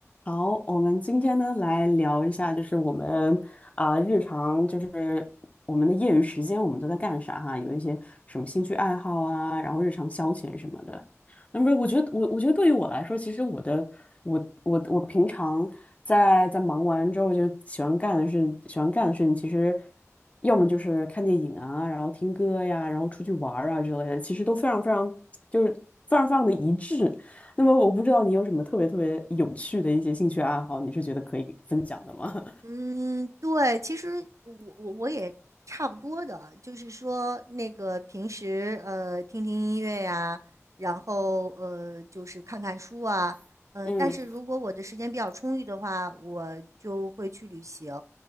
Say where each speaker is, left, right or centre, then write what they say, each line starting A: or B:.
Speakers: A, on the left; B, on the right.
A: 好，我们今天呢来聊一下，就是我们啊、日常就是我们的业余时间我们都在干啥哈，有一些什么兴趣爱好啊，然后日常消遣什么的。那么我觉得我我觉得对于我来说，其实我的我我我平常在在忙完之后就喜欢干的事，喜欢干的事情其实要么就是看电影啊，然后听歌呀，然后出去玩儿啊之类的，其实都非常非常就是非常非常的一致。那么我不知道你有什么特别特别有趣的一些兴趣爱好，你是觉得可以分享的吗？
B: 嗯，对，其实我我我也差不多的，就是说那个平时呃听听音乐呀，然后呃就是看看书啊，
A: <laughs>
B: 嗯、
A: 嗯，
B: 但是如果我的时间比较充裕的话，我就会去旅行，